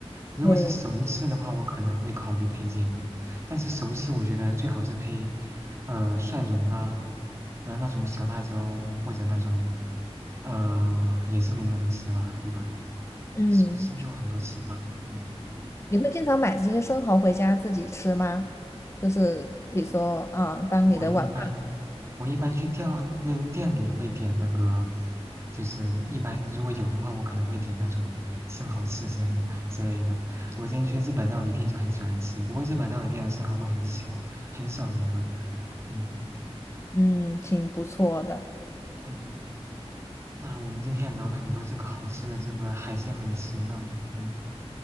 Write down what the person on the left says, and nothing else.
对，
嗯，
你会经常买这些生蚝回家自己吃吗？就是比如说啊、当你的晚饭，
嗯，挺不错的。